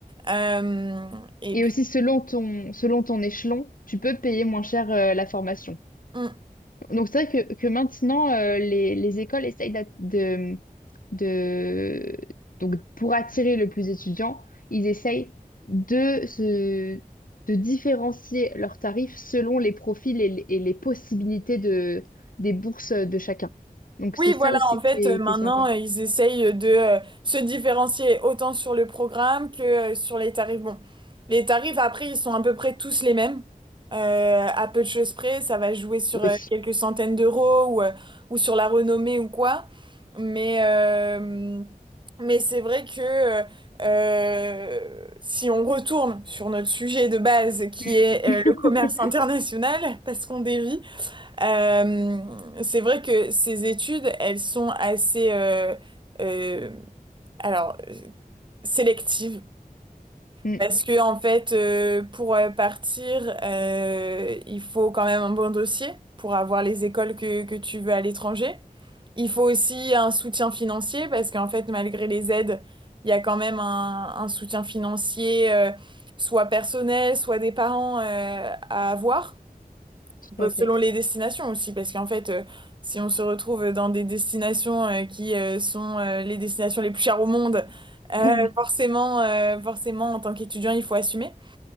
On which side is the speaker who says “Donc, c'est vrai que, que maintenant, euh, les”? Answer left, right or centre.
Left